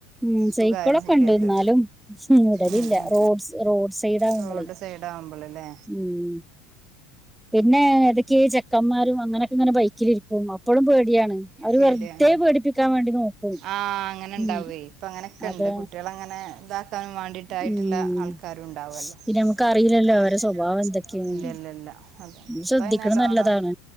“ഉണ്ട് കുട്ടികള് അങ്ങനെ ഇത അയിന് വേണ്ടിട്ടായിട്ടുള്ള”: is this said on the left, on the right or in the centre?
Right